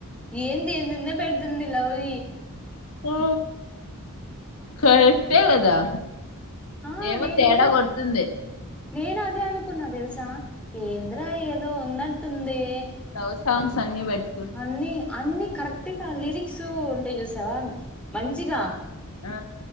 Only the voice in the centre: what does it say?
ఏంది ఏందొ ఏందో పెడుతుంది లవ్ యి
ఆ
నేను
నేను అదే అనుకున్నా తెలుసా ఏంద్ర ఏదో ఉన్నట్టుంది
అన్ని అన్ని కరెక్ట్గా లిరిక్స్ ఉంటయి చూసావా మంచిగా